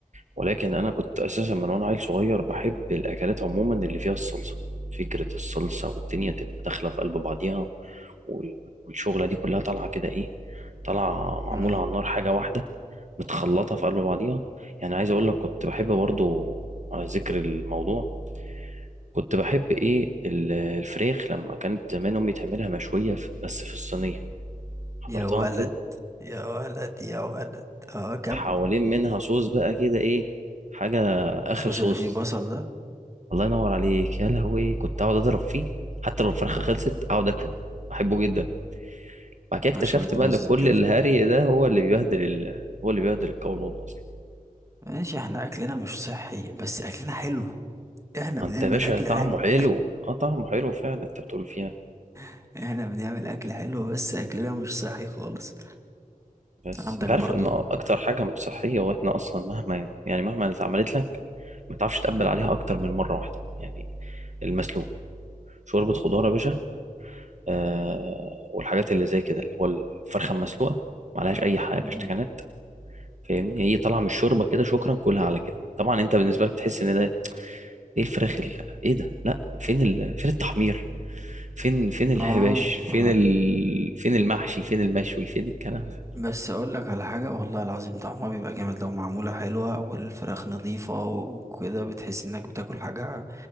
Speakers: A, on the right; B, on the right.
A: ولكن انا كنت اساسا من وانا عيل صغير بحب الاكلات عموما اللي فيها الصلصه فكره الصلصه والدنيا تبقى داخله في قلب بعضيها وال- والشغله دي كلها طالعه كده ايه طالعه معموله
B: امم
A: على النار حاجه واحده متخلطه في قلب بعضيها يعني عايز اقول لك كنت بحب برضو على ذكر الموضوع كنت بحب ايه ال- الفراخ لما كانت زمان امي تعملها مشويه في- بس في الصينيه حضرتها
B: يا ولد
A: انت دي؟
B: يا ولد يا ولد اه كمل
A: حوالين منها صوص بقى كده ايه حاجة اخر
B: الصوص
A: صوص
B: اللي فيه بصل ده
A: الله ينور عليك يا لهوي كنت اقعد اضرب فيه حتى لو الفرخة خلصت اقعد اكله بحبه جدا بعد كده اكتشفت
B: مع شويه
A: بقى
B: رز
A: ان كل
B: كده
A: الهري ده هو اللي بيبهدل ال... هو اللي بيبهدل القولون اصلا
B: ماشي احنا اكلنا مش صحي بس اكلنا حلو احنا
A: ما
B: بنعمل
A: انت يا باشا
B: اكل
A: طعمه
B: حلو
A: حلو اه طعمه حلو فعلا انت بتقول فيها
B: <laughs> احنا بنعمل اكل حلو بس اكلنا مش صحي خالص
A: بس
B: عندك
A: انت
B: برضو
A: عارف ان اكتر حاجة مش صحية واحنا اصلا مهما يعني مهما اتعملت لك ما تعرفش تقبل عليها اكتر من مرة واحدة يعني المسلوق شوربة خضار يا باشا آه والحاجات اللي زي كده اللي هو الفرخه المسلوقه معلهاش اي حاجه
B: مم.
A: بشتكانات فاهمني هي طالعه من الشوربه كده شكرا كلها على كده طبعا انت بالنسبه لك تحس ان ده ايه الفراخ ال- ايه ده لا فين ال... فين التحمير فين فين الحباش
B: اه اه
A: فين ال... فين المحشي فين المشوي فين الكلام ده
B: بس اقول لك على حاجه والله العظيم طعمها بيبقى جامد لو معموله حلوه والفراخ نظيفه وكده بتحس انك بتاكل حاجه